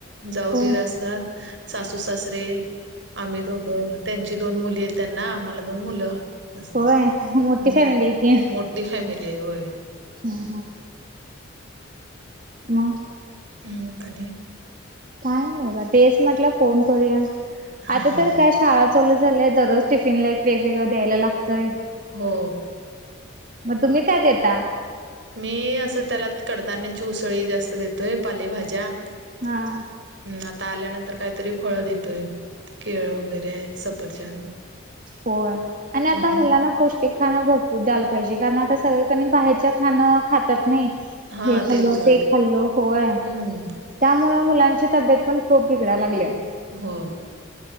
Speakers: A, on the right; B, on the right.
A: जाऊ-दिर
B: हो
A: असतात सासू-सासरे आम्ही दोघं त्यांची दोन मुली येत त्यांना आम्हाला दोन मुलं हम!
B: होय मोठी फॅमिली आहे की
A: मोठी फॅमिली हाय होय.
B: हा म
A: हं आणि
B: काय बोला क तेच म्हटलं फोन करूया
A: हां,
B: आता
A: हां.
B: तर काय शाळा चालू झालेत दररोज टिफिन ला वेगवेगळं द्यायला लागतंय
A: हो.
B: तुमी काय देत
A: मी असं त्याला कडधान्याची उसळी जास्त देतोय. पालेभाज्या हम
B: हा
A: आता आल्यानंतर काहीतरी फळं देतोय, केळं वगैरे सफरचंद
B: होय आणि आता
A: हं.
B: मुलांना पौष्टिक खाणं भरपूर द्यायला पाहिजे कारण आता सगळं बाहेरच्या खाणं खात्यात नइ
A: हां,
B: हे खाल्लो
A: तेलकट.
B: ते खाल्लो होय
A: हं.
B: त्यामुळं मुलां ची तब्बेत पण खूप बिगडाय लागल्या.
A: हो.